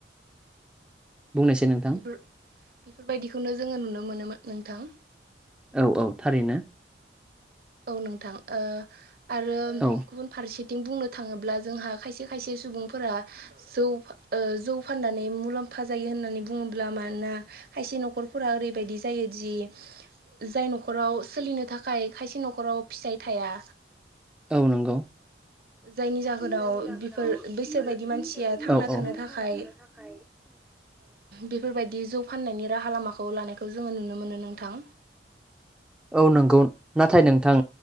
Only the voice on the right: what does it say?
बेफोर बेफोरबायदिखौनो जोङो नुनो मोनोमोन नोंथां
औ नोंथां। आरो
गुबुन फारसेथिं बुंनो थाङोब्ला जोंहा खायसे-खायसे सुबुंफोरा जौ। ओ जौ फाननानै मुलाम्फा जायो होननानै बुङोब्ला मानोना खायसे न'खरफोरा ओरैबायदि जायोदि जाय न'खराव सोलिनो थाखाय खायसे न'खराव फिसाइ थाया।
जायनि जाहोनाव
बेफोर बैसोरबायदि मानसिया थांना थानो थाखाय
बेफोरबायदि जौ फाननायनि राहा लामाखौ लानायखौ जोङो नुनो मोनो नोंथां।